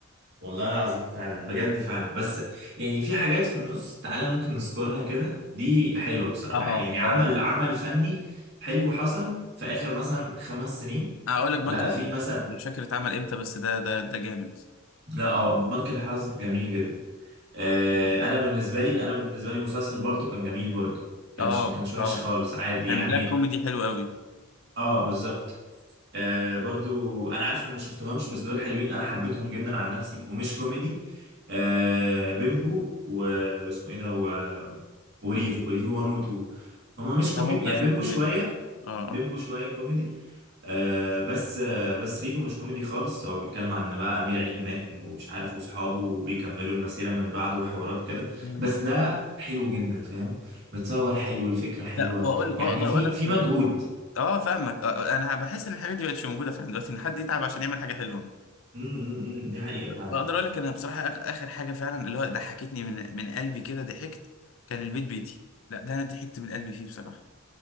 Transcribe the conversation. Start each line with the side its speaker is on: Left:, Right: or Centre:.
Right: والله العظيم فعلا بجد فعلا بس يعني في حاجات في النص تعالى ممكن نذكرها كده دي حلوة بصراحة
Left: اه
Right: يعني عمل
Left: اه
Right: عمل فني حلو حصل في آخر مثلا خمس سنين
Left: هقول لك بنك
Right: لا
Left: الحظوظ
Right: في مثلا
Left: مش فاكر اتعمل امتى بس ده ده ده جامد
Right: لا اه بنك الحظ جميل جدا آه
Left: دي حقيقة.
Right: انا بالنسبة لي انا بالنسبة لي مسلسل بالطو كان جميل برضه كانش
Left: اه
Right: ما كانش وحش
Left: اه
Right: خالص عادي
Left: كان
Right: يعني
Left: بلاك كوميدي حلو قوي
Right: اه بالظبط آه برضو انا عارف انك ما شفتهمش بس دول حلوين انا حبيتهم جدا عن نفسي ومش كوميدي آه بيمبو و... واسمه ايه ده و... وريفو ريفو 1 و 2 هما مش كوميدي
Left: لا ممكن
Right: يعني
Left: اشوف
Right: بيمبو
Left: ماشي
Right: شويه
Left: اه
Right: بيمبو
Left: اه
Right: شويه كوميدي آه بس آه بس ريفو مش كوميدي خالص هو بيتكلم عن إن بقى امير عيد مات ومش عارف واصحابه وبيكملوا المسيره من بعده وحوارات كده
Left: مم.
Right: بس ده حلو جدا فاهم بتصور حلو الفكره حلوه
Left: لا واقول
Right: يعني
Left: اقدر
Right: في
Left: اقول لك
Right: في مجهود
Left: اه فاهمك آه آه، انا بحس ان الحاجات دي مبقتش موجوده فعلا دلوقتي ان حد يتعب عشان يعمل حاجه حلوه
Right: م- م- م، دي حقيقه فعلا
Left: اقدر اقول لك انا بصراحه آخ- اخر حاجه فعلا اللي هو ضحكتني من من قلبي كده ضحكت كان البيت بيتي لا ده انا ضحكت من قلبي فيه بصراحه